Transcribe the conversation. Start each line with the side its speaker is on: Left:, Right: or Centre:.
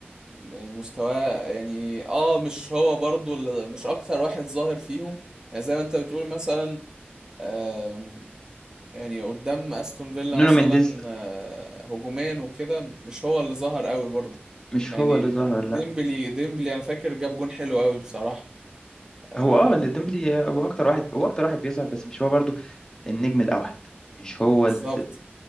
Right: يعني مستواه يعني اه مش هو برضو اللي- مش اكتر واحد ظاهر فيهم يعني زي ما انت بتقول مثلا آم، يعني قدام استون فيلا
Left: نونو
Right: مثلا
Left: مينديز
Right: آه، هجوميا وكده مش هو اللي ظهر قوي برضو
Left: مش
Right: يعني
Left: هو اللي ظهر
Right: ديمبلي
Left: لا
Right: ديمبلي انا فاكر جاب جون حلو قوي بصراحة آه،
Left: هو اه إن ديمبلي هو اكتر واحد هو اكتر واحد بيظهر بس مش هو برضو النجم الاوحد مش هو
Right: بالظبط
Left: ال